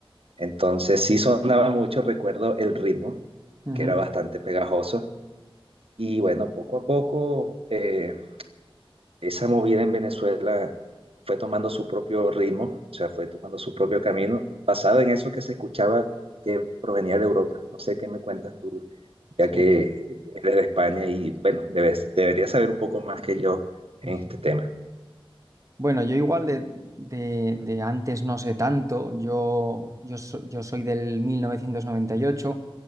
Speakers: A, on the right; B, on the right.
A: Entonces sí sonaba mucho, recuerdo el ritmo,
B: Ujú.
A: que era bastante pegajoso. Y bueno, poco a poco eh, esa movida en Venezuela fue tomando su propio ritmo, o sea, fue tomando su propio camino, basado en eso que se escuchaba que provenía de Europa. No sé qué me cuentas tú,
B: Sí.
A: ya que eres de España y, bueno, debes, deberías saber un poco más que yo
B: <laughs>
A: en este tema.
B: Bueno, yo igual de, de- de antes no sé tanto. Yo, yo, so- yo soy del mil novecientos noventa y ocho